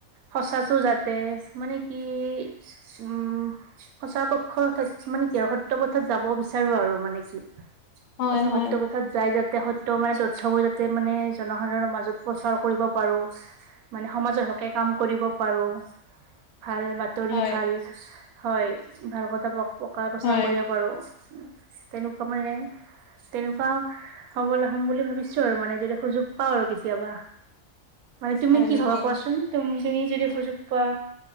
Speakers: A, on the right; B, on the left.
A: সঁচাটো যাতে মানে কি উম সঁচা পক্ষ মানে কি সত্য পথত যাব বিচাৰো আৰু মানে কি
B: হয়
A: তথ
B: হয়
A: সত্য পথত যাই যাতে সত্য মানে তথ্যবোৰ যাতে মানে জনসাধাৰণৰ মাজত প্ৰচাৰ কৰিব পাৰো মানে সমাজৰ হকে কাম কৰিব পাৰো ভাল তৰি
B: হয়
A: ভাল হয় ভাল কথা প্ৰচাৰ
B: হয়
A: কৰিব পাৰো তেনেকুৱা মানে তেনেকুৱা সবল হম বুলি ভাবিছো। আৰু মানে যদি সুযোগ পাওঁ আৰু কেতিয়াবা মানে তুমি
B: হয়
A: কি
B: নেকি
A: ভাবা কোৱাচোন? তুম তুমি যদি সুযোগ পোৱা